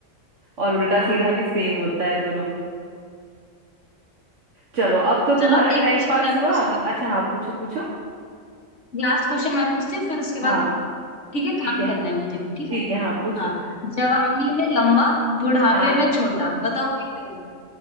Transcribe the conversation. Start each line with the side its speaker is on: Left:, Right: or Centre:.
Right: और उल्टा
Left: हाँ,
Right: सीधा भी सेम होता है दोनों चलो अब तो
Left: चलो
Right: तुम्हारा
Left: एक
Right: टाइम
Left: क्वेश्चन
Right: पास
Left: मैं
Right: हुआ
Left: पूछती
Right: अच्छा हाँ पूछो पूछो
Left: हूँ लास्ट क्वेश्चन मैं पूछती हूँ फिर उसके बाद
Right: हाँ
Left: ठीक है
Right: ठीक
Left: काम
Right: है
Left: करना है मुझे भी ठीक
Right: ठीक
Left: है
Right: है हाँ पूछो
Left: हाँ जवानी में लंबा बुढ़ापे
Right: हाँ
Left: में छोटा बताओ मैं क्या हूँ